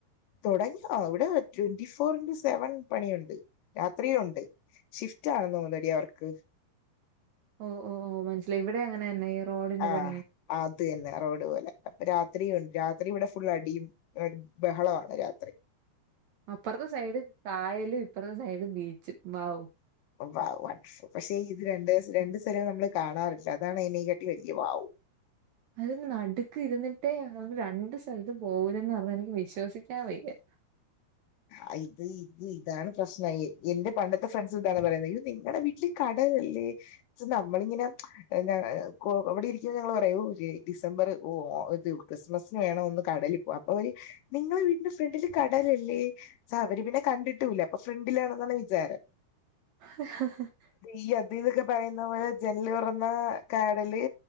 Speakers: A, on the left (about 70°); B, on the right (about 80°).
A: തുടങ്ങി അവിടെ ട്വന്റി ഫോർ ടു സെവൻ പണിയുണ്ട് രാത്രിയു ണ്ട്. ഷിഫ്റ്റ് ആണെന്ന് തോന്നുന്നേടി അവർക്ക്.
B: ഓ ഓ മനസ്സിലായി വിടെ അങ്ങനെ തന്നെ ഈ റോഡിന്റെ
A: ആഹ
B: പണിയെ
A: അത് തന്നെ റോഡ് പോലെ. അപ്പ രാത്രി ഉണ്ട് രാത്രി ഇവിടെ ഫുൾ അടിയും. ബഹളമാ രത്രി
B: അപ്പുറുത്തെ സൈഡ് പായല് ഇപ്പറത്തെ സൈഡ് ബീച്ച് വൗ
A: വൗ <unintelligible> പക്ഷെ ഇത് രണ്ട് രണ്ടു സ്ഥലൂ നമ്മള് കാണാറില്ല അതാണ് <unintelligible> <unintelligible> വൗ
B: അതിന് നടുക്ക് ഇരുന്നിട്ടേ രണ്ട് സ്ഥലത്ത് പോവുലെന്ന് പറഞ്ഞാൽ എനിക്ക് വിശ്വസിക്കാൻ വയ്യ.
A: ആ് ഇത് ഇത് ഇതാണ് പ്രശ്നം എന്റെ പണ്ടത്തെ ഫ്രണ്ട്സ് ഇതാണ് പറയുന്നത് യ്യോ നിങ്ങടെ വീട്ടിൽ കടലില്ലേ ച്ച് നമ്മളിങ്ങനെ <inaudible> ഞ വിടെ ഇരിക്കുമ്പോൾ ഞങ്ങള് പറയൂ ഓക്കെ ഡിസംബർ ഓ ക്രിസ്മസിന് വേണം ഒന്ന് കടലി അപ്പൊ അവര് നിങ്ങളെ വീട്ടില് ഫ്രണ്ടില് കടലല്ലേ സ അവര് പിന്നെ കണ്ടിട്ടൂല്ല്യ അപ്പൊ ഫ്രണ്ടിലാണെന്നാണ് വിചാരം.
B: <inaudible>
A: ഈ അദ്വൈയ്ദ ക്കെ പറയുന്ന പോലെ ജനല് തുറന്നാ കാടല്